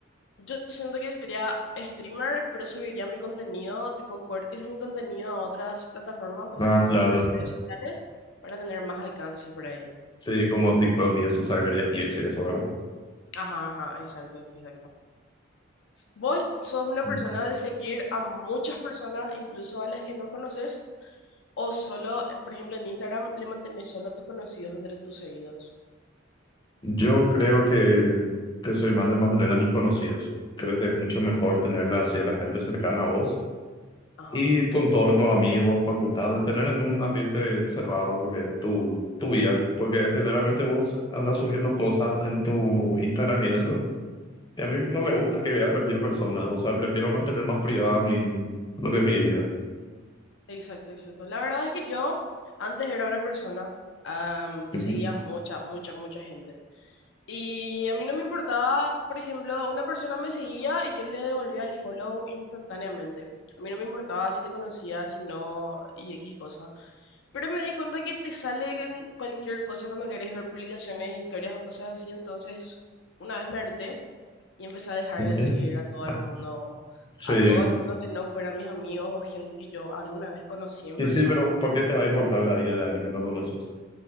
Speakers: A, on the left (about 65°); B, on the left (about 25°).
A: Yo siento que sería streamer, pero subiría mi contenido, tipo cortes de mi contenido a otras plataformas, o sea,
B: Ah,
A: a
B: claro,
A: otras redes sociales, para tener más alcance por ahí.
B: sí, como TikTok y eso, o sea, quería irse y eso, ¿verdad?
A: Ajá, ajá, exacto, exacto. ¿Vos sos una
B: Mm.
A: persona de seguir a muchas personas, incluso a las que no conoces, o solo, eh, por ejemplo, en Instagram le mantenés solo a tus conocidos entre tus seguidos?
B: Yo creo que, que soy más de mantener a mis conocidos. Creo que es mucho mejor tenerla así a la gente cercana a vos
A: Ajá,
B: y tu entorno, amigos, facultad, de tener en un ambiente cerrado lo que es tu, tu vida. Porque generalmente vos andas subiendo cosas en tu Instagram y eso. Y a mí no me gusta que veas cualquier persona. O sea, prefiero mantener más privada mi, lo que es mi vida.
A: exacto, exacto. La verdad es que yo antes era una persona, am, que
B: Ujú.
A: seguía mucha, mucha, mucha gente. Y a mí no me importaba, por ejemplo, una persona me seguía y yo le devolvía el follow instantáneamente. A mí no me importaba si le conocía, si no, y X cosa. Pero me di cuenta que te sale en cualquier cosa cuando querés ver publicaciones, historias o cosas así. Entonces, una vez me harté y empecé a dejar
B: Ujú.
A: de seguir a todo
B: Ah,
A: el mundo,
B: Sí,
A: a todo el mundo que no fueran mis amigos o gente que yo alguna vez conocí en
B: Y
A: persona.
B: sí, pero ¿por qué te va a importar la vida de alguien que no conoces?